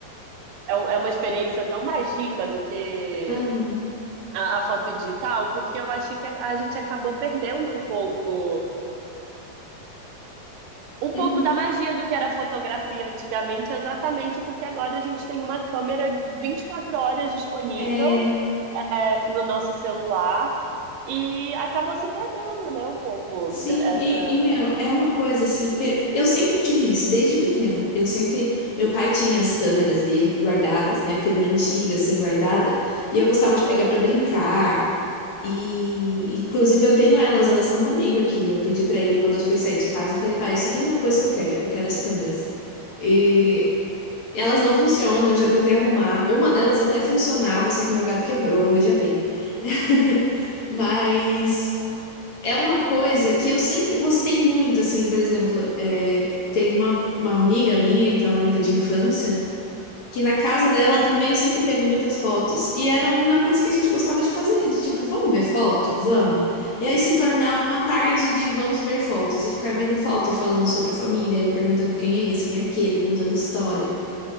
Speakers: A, on the right; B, on the left.
A: É um- é uma experiência tão mais rica do que
B: uhum,
A: a, a foto digital, porque eu acho que a a gente acabou perdendo um pouco um pouco
B: uhum.
A: da magia do que era fotografia antigamente, exatamente porque agora a gente tem uma câmera 24 horas disponível,
B: É,
A: é, no nosso celular e acabou se perdendo, né, um pouco
B: sim.
A: dessa.
B: E, e, meu, é uma coisa, assim, que eu sempre tive isso, desde pequena. Eu sempre... Meu pai tinha as câmeras dele guardadas, né? Câmera antiga, assim, guardada. E eu gostava de pegar
A: Aham,
B: pra brincar. E, inclusive, eu tenho elas, elas estão comigo aqui. Eu pedi pra ele quando eu fui sair de casa, eu falei, pai, só tem uma coisa que eu quero, eu quero as câmeras. E elas não funcionam, eu já tentei arrumar. Uma delas até funcionava, só que meu gato quebrou, veja bem. <laughs> Mas é uma coisa que eu sempre gostei muito, assim, por exemplo, é, tem uma, uma amiga minha, que é uma amiga de infância que na casa dela também sempre teve muitas fotos. E era uma coisa que a gente gostava de fazer, de tipo, vamos ver foto? Vamos. E aí se tornava uma tarde de vamos ver fotos e ficar vendo foto e falando sobre família e perguntando quem é esse, quem é aquele, contando história.